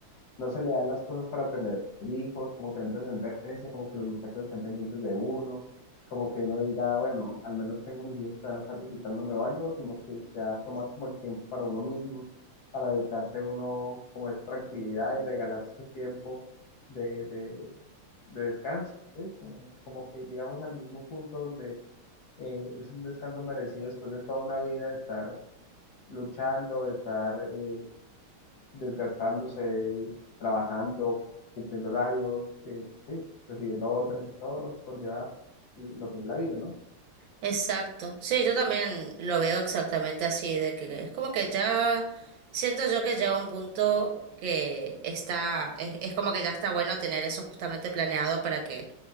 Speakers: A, on the left (about 70°); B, on the right (about 70°).
A: no se le dan las cosas para tener hijos, como tener descendencia, como que los muchachos estén pendientes de uno, como que uno diga, bueno, al menos tengo mis hijos que van a estar visitándome o algo, sino que ya tomar como el tiempo para uno mismo, para dedicarse uno como a esa tranquilidad y regalarse ese tiempo de, de, de descanso, ¿sí? Como, como que llegamos al mismo punto donde eh, es un descanso merecido después de toda una vida de estar luchando, de estar eh, desgastándose, trabajando, cumpliendo horarios, eh, sí, recibiendo órdenes y todo lo que conlleva lo que es la vida, ¿no?
B: Exacto. Sí, yo también lo veo exactamente así, de que es como que ya siento yo que llega un punto que está, es, es como que ya está bueno tener eso justamente planeado para que